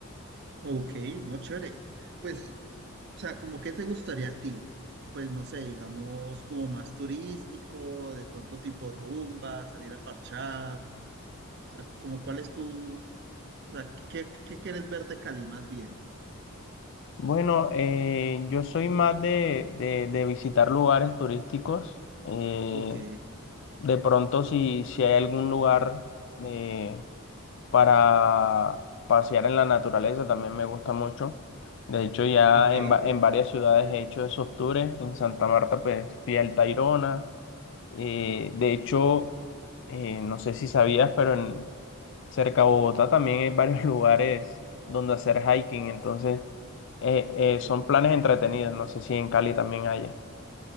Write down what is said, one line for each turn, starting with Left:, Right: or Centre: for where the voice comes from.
Right: ok, no, chévere. Pues, o sea, como qué te gustaría a ti? Pues no sé, digamos, como más turístico, de pronto tipo rumba, salir a parchar, o sea, como cuál es tu, o sea, ¿qué, qué quieres ver de Cali más bien?
Left: Bueno, eh, yo soy más de, de- de visitar lugares turísticos. eh,
Right: Ok,
Left: de pronto, si, si hay algún lugar eh, para pasear en la naturaleza, también me gusta mucho. De hecho, ya
Right: ok,
Left: en, va-
Right: no,
Left: en varias ciudades he hecho esos tours. En Santa Marta, pues fui al Tayrona. eh, de hecho, eh, no sé si sabías, pero cerca de Bogotá también hay varios <laughs> lugares donde hacer hiking, entonces eh,
Right: ok.
Left: eh, son planes entretenidos. No sé si en Cali también haya.